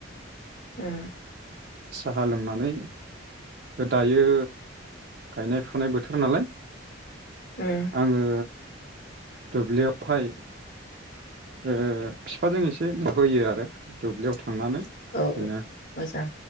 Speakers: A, on the left; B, on the right.
A: उम
B: साहा लोंनानै दायो गायनाय फुनाय बोथोर नालाय
A: उम
B: आङो दुब्लिआवहाय ओ फिफाजों एसे होयो आरो दुब्लियाव थांनानै बिदिनो
A: औ मोजां